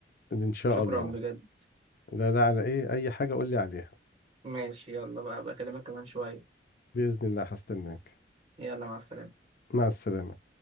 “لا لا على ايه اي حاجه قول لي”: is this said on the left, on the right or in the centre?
Left